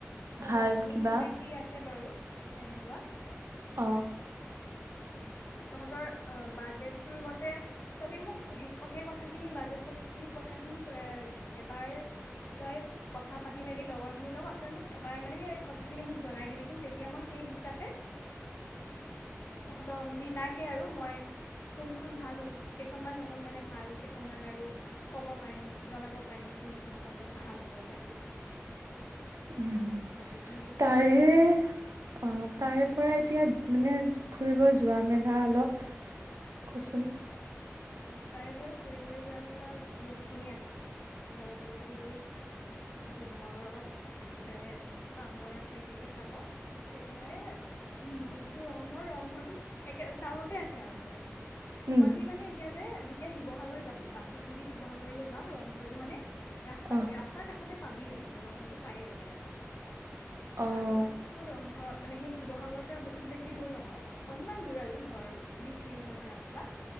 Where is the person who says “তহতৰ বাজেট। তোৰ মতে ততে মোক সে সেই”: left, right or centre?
Left